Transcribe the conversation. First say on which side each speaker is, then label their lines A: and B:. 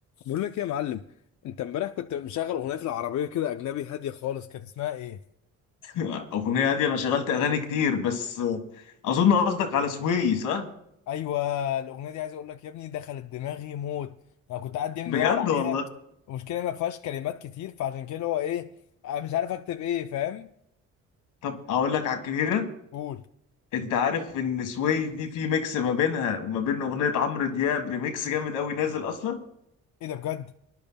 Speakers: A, on the left; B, on the left.
A: بقول لك ايه يا معلم انت امبارح كنت مشغل اغنيه في العربيه كده اجنبي هاديه خالص كانت اسمها ايه
B: الاغنيه دي انا شغلت اغاني كتير بس اظن قصدك على سوي صح
A: ايوه الاغنيه دي عايز اقول لك يا ابني دخلت دماغي موت انا كنت قاعد يعني
B: بجد
A: بدور
B: والله
A: عليها المشكله ما فيهاش كلمات كتير فعشان كده اللي هو ايه انا مش عارف اكتب ايه فاهم
B: طب اقول لك على الكبيره
A: قول
B: انت عارف ان سوي دي في ميكس ما بينها وما بين اغنيه عمرو دياب ريميكس جامد قوي نازل اصلا
A: ايه ده بجد